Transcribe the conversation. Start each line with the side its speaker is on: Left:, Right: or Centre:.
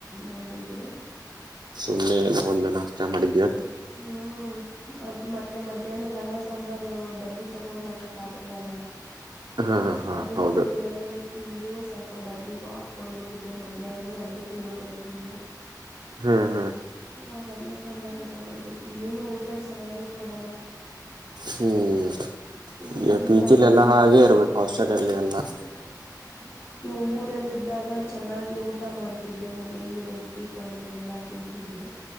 Left: ಮಾಡಿದ್ರು.
Right: ಸುಮ್ಮನೆ ಎಲ್ಲ ಒಂದು ನಾಷ್ಟ ಮಾಡಿದೀಯಾ
Left: ಹ್ಮ್ ಅದ್ ಮತ್ತೆ ಮಧ್ಯಾಹ್ನಕ ಅನ್ನ ಸಾಂಬಾರು ಡಬ್ಬಿ ತಗೊಂಡ್ ಹೋಗಕ್. ಕ್ಕಾಗಲ್ಲಲ್ಲ
Right: ಹಾ ಹಾ
Left: ಅದನ್ನೇ
Right: ಹೌದು
Left: ಪುಳಿಯೋಗರೆ. ತಿಂದು ಸ್ವಲ್ಪ ಡಬ್ಬಿಗೂ ಹಾಕೊಂಡು ಹೋಗಿದ್ದೆ ಮಧ್ಯಾಹ್ನೂ ಅದೇ ಪುಳಿಯೋಗರೆ ತಿಂದೆ.
Right: ಹಾ ಹಾ
Left: ಇವಾಗ ಅನ್ನ ಸಾಂಬಾರು ಊಟ ಮಾಡ್ಬೇಕು ಏನು ಊಟ ಚೆನ್ನಾಗೆ ಕೊಡಲ್ಲ.
Right: ಹ್ಮ್
Left: ಊರಲ್ಲಿದ್ದಾಗಾದರೆ
Right: ಯೊ ಪಿಜಿಲೀ ಎಲ್ಲಾ ಹಾಗೆ ಇರ್ಬೇಕು. ಹಾಸ್ಟೆಲ್ ಅಲ್ಲಿ
Left: <unintelligible>
Right: ಎಲ್ಲಾ
Left: ಊರಲ್ಲ ಇದದ್ದಾಗ ಚೆನ್ನಾಗಿ ಊಟ ಮಾಡ್ತಿದ್ದೆ ಮನೇೆಯಲ್ಲಿ. ರೊಟ್ಟಿ ಪಲ್ಯ ಎಲ್ಲಾ ತಿಂತಿದ್ದೆ.